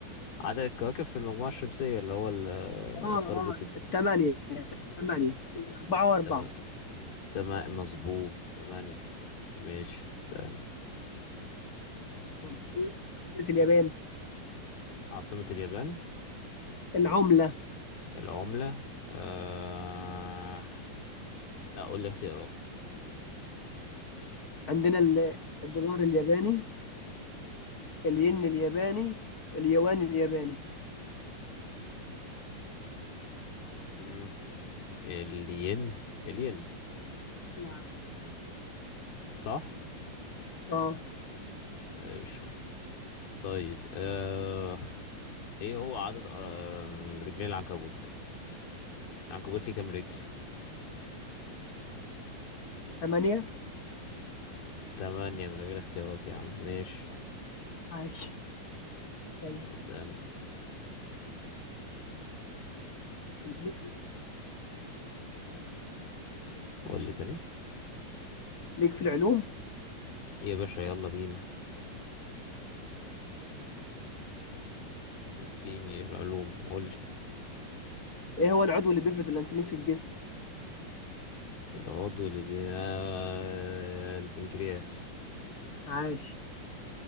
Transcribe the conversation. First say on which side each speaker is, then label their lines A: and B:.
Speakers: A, on the left; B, on the left.
A: عدد الكواكب في المجموعة الشمسية اللي هو ال- آه،
B: اه
A: ضربة
B: اه ثمانية ثمانية هم أربعة وأربعة
A: تمام تمام مظبوط تمانية ماشي سأل
B: طب ايه هي عملة اليابان؟
A: عاصمة اليابان
B: العملة
A: العملة آه... لا قول لي اختيارات
B: عندنا ال- الدولار الياباني الين
A: مم.
B: الياباني اليوان الياباني
A: مم. الين الين
B: نعم
A: صح
B: اه
A: قشطة طيب آه... ايه هو عدد آه... رجلين العنكبوت العنكبوت ليه كام رجل
B: ثمانية
A: تمانية من غير اختيارات يا عم ماشي
B: عايش تمام
A: اسألني
B: انت لسه
A: قول لي تاني
B: ليك في العلوم
A: يا باشا يلا بينا اديني العلوم قول لي
B: ايه هو العضو اللي بيفرز الانسولين في الجسم
A: العضو اللي بي... آه، البنكرياس
B: عاش